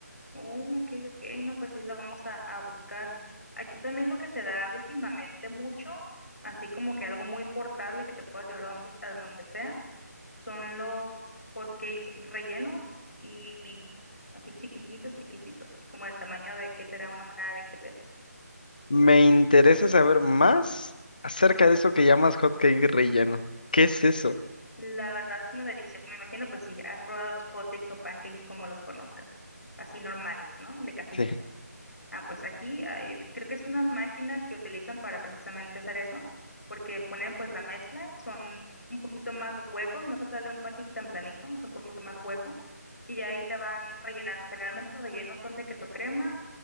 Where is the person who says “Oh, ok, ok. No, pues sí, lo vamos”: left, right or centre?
Left